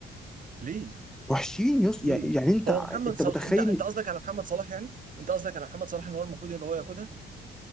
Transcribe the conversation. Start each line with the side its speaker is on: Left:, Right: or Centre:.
Right: ليه
Centre: وحشين يص...
Right: ليه
Centre: يعني انت
Right: هو محمد
Centre: انت
Right: صلاح
Centre: متخيل
Right: انت انت قصدك على محمد صلاح يعني انت قصدك على محمد صلاح ان هو المفروض ان هو ياخدها